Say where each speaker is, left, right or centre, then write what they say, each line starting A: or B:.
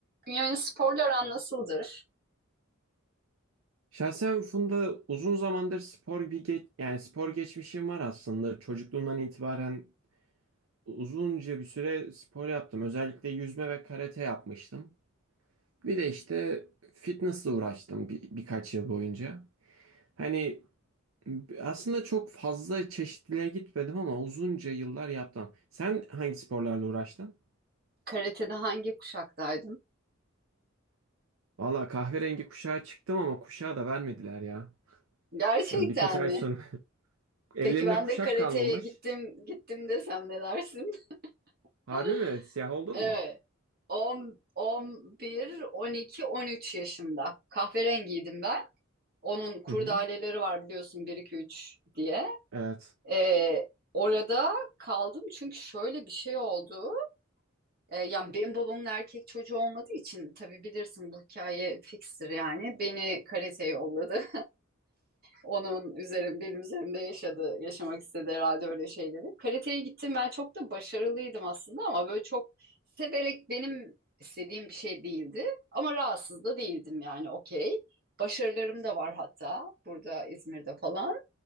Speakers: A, on the right; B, on the right.
A: Bünyamin'in sporla aran nasıldır?
B: Şahsen Funda uzun zamandır spor bir ge- yani spor geçmişim var aslında. Çocukluğumdan itibaren uzunca bir süre spor yaptım. Özellikle yüzme ve karate yapmıştım. Bir de işte fitnessle uğraştım bir, birkaç yıl boyunca. Hani aslında çok fazla çeşitliliğe gitmedim ama uzunca yıllar yaptım. Sen hangi sporlarla uğraştın?
A: Karate'de hangi kuşaktaydın?
B: Valla kahverengi kuşağa çıktım ama kuşağı da vermediler ya.
A: Gerçekten
B: Yani birkaç ay
A: mi?
B: sonra <laughs> ellerinde
A: Peki ben
B: kuşak
A: de karateye
B: kalmamış.
A: gittim, gittim desem ne dersin?
B: Harbi
A: <laughs>
B: mi? Siyah oldun
A: Evet.
B: mu?
A: 10, 11, 12, 13 yaşında. Kahverengiydim ben. Onun kurdaleleri
B: <laughs>
A: var biliyorsun bir 2 3 diye.
B: Evet.
A: Ee, orada kaldım çünkü şöyle bir şey oldu. Ee, yani benim babamın erkek çocuğu olmadığı için tabii bilirsin bu hikaye fikstir yani. Beni karateye yolladı. Onun üzerim, benim üzerimde yaşadı, yaşamak istedi herhalde öyle şeyleri. Karateye gittim ben çok da başarılıydım aslında ama böyle çok severek benim istediğim bir şey değildi. Ama rahatsız da değildim yani okey. Başarılarım da var hatta burada İzmir'de falan.